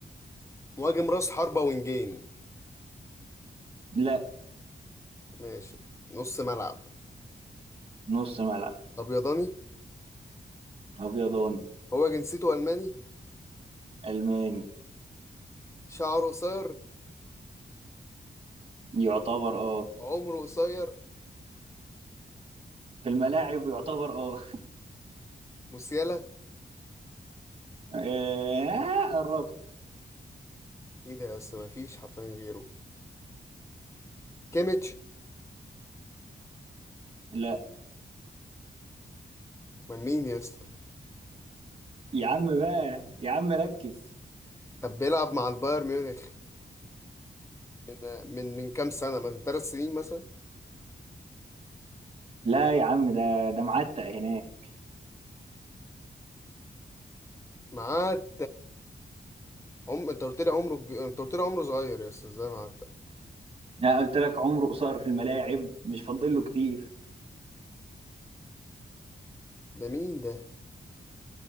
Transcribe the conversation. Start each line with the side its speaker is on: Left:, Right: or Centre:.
Left: مهاجم راس حربة وينجين
Right: لا
Left: ماشي نص ملعب
Right: نص ملعب
Left: ابيضاني
Right: أبيضاني
Left: هو جنسيته الماني
Right: ألماني
Left: شعره قصير
Right: يعتبر اه
Left: عمره قصير
Right: في الملاعب يعتبر اه
Left: موسيالا
Right: آه، قربت
Left: ايه ده يا اسطى ما فيش حرفيا غيره كيميتش
Right: لا
Left: من مين يا اسطى
Right: يا عم بقى يا عم ركز
Left: طب بيلعب مع البايرن ميونخ من من من كام سنه من ثلاث سنين مثلا
Right: لا يا عم ده ده معتق هناك
Left: معاه عم انت قلت لي عمره كبير انت قلت لي عمره صغير يا اسطى ازاي معاه الت-
Right: أنا قلت لك عمره قصير في الملاعب مش فاضل له كتير
Left: ده مين ده